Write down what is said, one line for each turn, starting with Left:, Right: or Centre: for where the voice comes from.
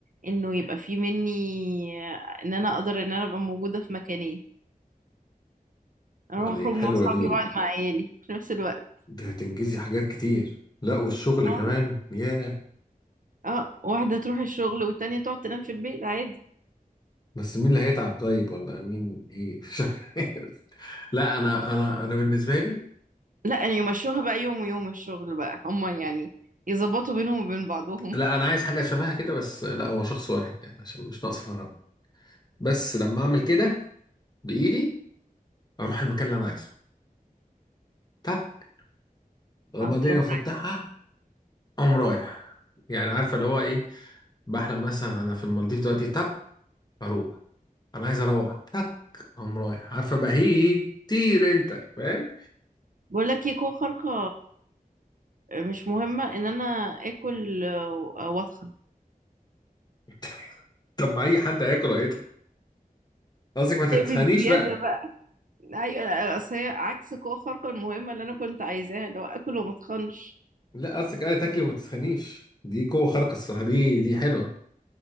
Right: انه يبقى في مني ان انا اقدر ان انا ابقى موجودة في مكانين اروح
Left: آه، دي
Right: اخرج مع
Left: حلوة
Right: اصحابي
Left: دي
Right: واقعد مع عيالي في نفس الوقت
Left: دي هتنجزي حاجات كتير لا والشغل
Right: اه
Left: كمان ياه
Right: آه، واحدة تروح الشغل والتانية تقعد تنام في البيت عادي
Left: بس مين اللي هيتعب طيب ولا مين ايه <laughs> مش عارف لا انا انا انا بالنسبة لي
Right: لا يعني يمشوها بقى يوم ويوم الشغل بقى هما يعني يظبطوا بينهم وبين بعضهم
Left: لا انا عايز حاجة شبهها كده بس لا هو شخص واحد يعني عشان مش ناقص فراغ بس لما اعمل كده بايدي اروح المكان اللي انا عايزه تك وبعدين
Right: هتقوم
Left: افتحها اقوم رايح يعني عارفة اللي هو ايه بحلم مثلا انا في المالديف دلوقتي تك اروح انا عايز اروح تك قام رايح عارفه بهيج كتير انت فاهم
Right: بقول لك ايه قوة خارقة مش مهمة ان انا اكل آه، واتخن
Left: <laughs> طب ما اي حد هياكل هيتخن قصدك ما تتخنيش
Right: بزيادة
Left: بقى
Right: بقى ايوه اصل هي عكس قوة خارقة المهمة اللي انا كنت عايزاها اللي هو اكل وما اتخنش
Left: لا قصدك ايه تاكلي وما تتخنيش دي قوه خارقه الصراحه دي دي حلوه